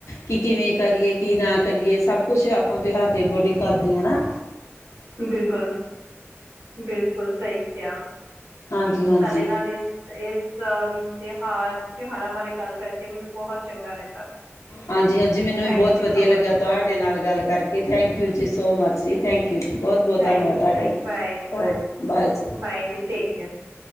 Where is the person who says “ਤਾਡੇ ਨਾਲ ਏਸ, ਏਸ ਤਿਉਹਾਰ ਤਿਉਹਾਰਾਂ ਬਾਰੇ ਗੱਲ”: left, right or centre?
Right